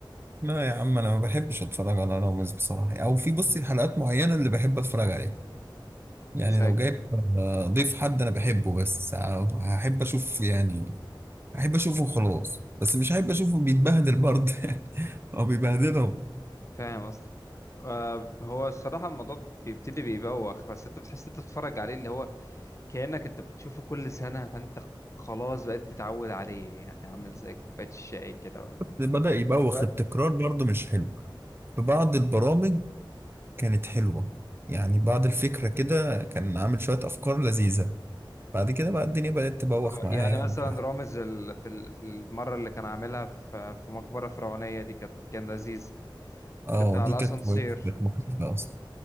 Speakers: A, on the right; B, on the left.
A: لا يا عم أنا ما بحبش أتفرج على رامز بصراحة أو في بصي حلقات معينة اللي بحب أتفرج عليها يعني
B: زي
A: لو جايب آه، ضيف حد أنا بحبه بس آه، هحب أشوف يعني احب اشوفه خلاص بس مش احب اشوفه بيتبهدل برضه <laughs> او بيبهدلهم
B: فاهم قصدك آه، هو الصراحة الموضوع بيبتدي بيبوخ بس انت بتحس انت بتتفرج عليه اللي هو كأنك انت بتشوفه كل سنة فانت خلاص بقيت متعود عليه يعني عامل زي كوباية الشاي كده ولا
A: بدأ يبوخ
B: ولا
A: التكرار برضه مش حلو في بعض البرامج كانت حلوة يعني بعض الفكرة كده كان عامل شوية افكار لذيذة بعد كده بقى الدنيا بدأت تبوخ
B: آه،
A: معاه
B: يعني
A: يعني
B: مثلا
A: مش عارف.
B: رامز ال... في ال... في المرة اللي كان عاملها في في مقبرة فرعونية دي كانت كان لذيذ
A: اه
B: بتاع
A: دي
B: الأسانسير
A: كانت كويسة كانت مخيفة اصلا